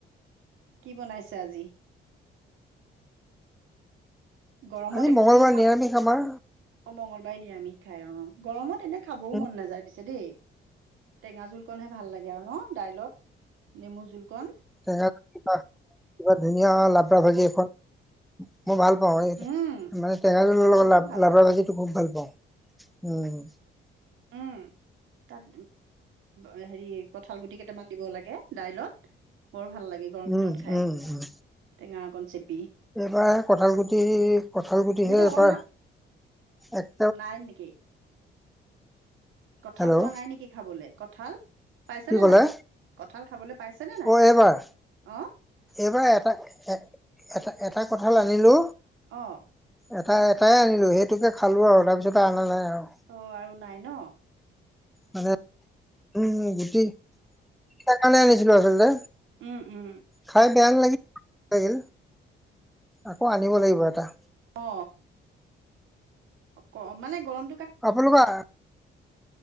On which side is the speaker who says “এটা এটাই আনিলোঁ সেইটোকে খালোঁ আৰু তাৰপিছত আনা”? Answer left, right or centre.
Centre